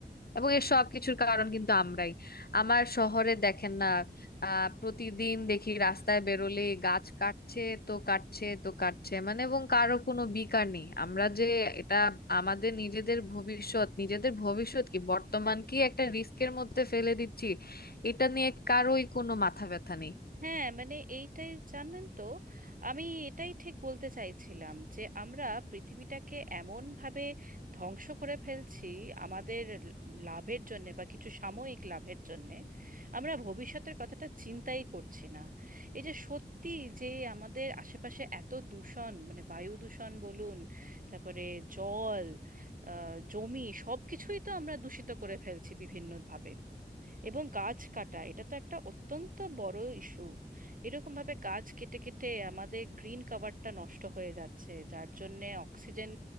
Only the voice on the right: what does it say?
হ্যাঁ মানে এইটাই জানেন তো আমি এটাই ঠিক বলতে চাইছিলাম যে আমরা পৃথিবীটাকে এমন ভাবে ধ্বংস করে ফেলছি আমাদের লাভের জন্য বা কিছু সাময়িক লাভের জন্য আমরা ভবিষ্যতের কথাটা চিন্তাই করছি না এই যে সত্যি যে আমাদের আশেপাশে এত দূষণ মানে বায়ু দূষণ বলুন তারপরে জল আহ, জমি সব কিছুই তো আমরা দূষিত করে ফেলছি বিভিন্নভাবে এবং গাছ কাটা এটা তো একটা অত্যন্ত বড় ইস্যু এরকম ভাবে গাছ কেটে কেটে আমাদের গ্রিন কভারটা নষ্ট হয়ে যাচ্ছে যার জন্যে অক্সিজেন